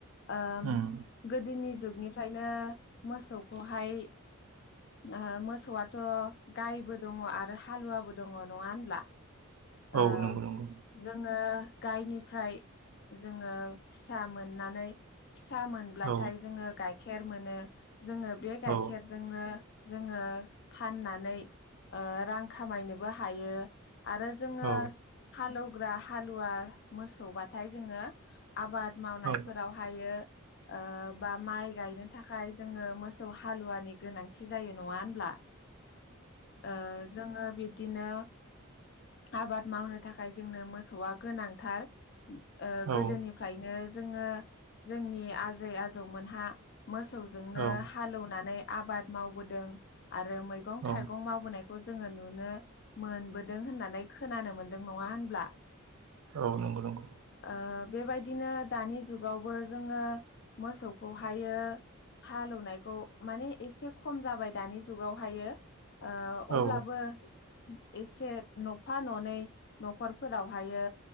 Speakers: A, on the left (about 50°); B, on the right (about 80°).
A: ओ
B: उम
A: गोदोनि जुगनिफ्रायनो मोसौखौहाय ओ मोसौआथ' गायबो दङ आरो हालुवाबो दङ नङा होनब्ला ओ
B: औ नंगौ नंगौ
A: जोङो गायनिफ्राय जोङो फिसा मोननानै फिसा मोनब्लाथाय
B: औ
A: जोङो गाय खेर मोनो जोङो बे गाइखेरजोंनो
B: औ
A: जोङो फाननानै रां ओ खामायनोबो हायो आरो जोङो
B: औ
A: हालौ ग्रा हालुवा मोसौबाथाय जोङो आबाद मावनायफोरावहायो
B: औ
A: ओ बा माइ गायनो थाखाय जोङो मोसौ हालुवानि गोनांथि जायो नङा होनब्ला ओ जोङो बिदिनो आबाद मावनो थाखाय जोंनो मोसौआ गोनांथार ओ गोदोनिफ्रायनो
B: औ
A: जोङो जोंनि आजै आजौमोनहा मोसौ जोंनो
B: औ
A: हालेवनानै आबाद मावबोदों आरो मैगं
B: औ
A: थाइगं मावबोनायखौ खौ जोङो नुनो मोनबोदों होननानै खोनानो मोनदों नङा होनब्ला
B: औ नंगौ नंगौ
A: ओ बेबायदिनो दानि जुगावबो जोङो मोसौखौहायो हालेवनायखौ माने एसे खम जाबाय दानि जुगावहायो ओ
B: औ
A: अब्लाबो एसे न'फा ननै न'खरफोरावहायो